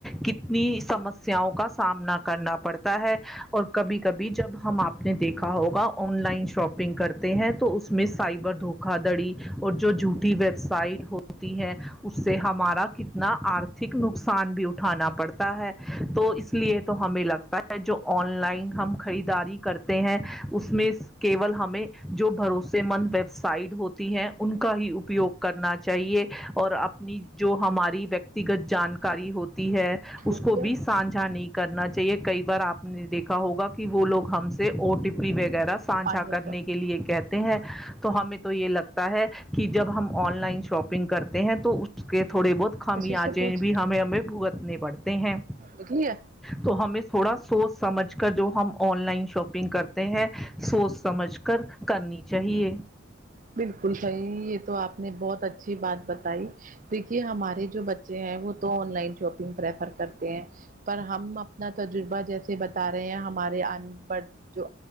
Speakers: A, in the centre; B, on the right.
A: کتنی سمسیاؤ کا سامنا کرنا پڑتا ہے اور کبھی کبھی جب ہم آپ نے دیکھا ہوگا آن لائن شاپنگ کرتے ہیں تو اس میں سائبر دھوکا دڑی اور جو جھوٹی ویب سائٹ ہو ہوتی ہے اس سے ہمارا کتنا آرتھک نقصان بھی اٹھانا پڑتا ہے تو اس لیے تو ہمیں لگتا ہے جو آن لائن ہم خریداری کرتے ہیں اس میں کیول ہمیں جو بھروسے مند ویب سائڈ ہوتی ہیں ان کا ہی اپیوگ کرنا چاہیے اور اپنی جو ہماری ویکتیگت جان کاری ہوتی ہے اس
B: بویا
A: کو بھی سانھا نہیں کرنا چاہیے کئی بار آپ نے دیکھا ہوگا کہ وہ لوگ ہم سے او ٹی پی وغیرہ سانھا
B: پانی
A: کرنے
B: کا
A: کے لیے کہتے ہیں تو ہمیں تو یہ لگتا ہے کہ جب ہم آن لائن شاپنگ کرتے ہیں تو اس کے تھوڑے بہت ہم
B: کسی سے
A: آج
B: پوچھ
A: بھی ہمیں ہمیں بھگتنے بڑھتے ہیں
B: نکلی ہے
A: تو ہمیں تھوڑا سوچ سمجھ کر جو ہم آن لائن شاپنگ کرتے ہیں سوچ سمجھ کر کرنی چاہیے
B: بالکل صحیح یہ تو آپ نے بہت اچھی بات ب دیکھیے ہمارے جو بچے ہیں وہ تو آن لائن شاپنگ پریفر کرتے پر ہم اپنا تجربہ جیسے بتا رہے ہیں ہمارے بڑھ جو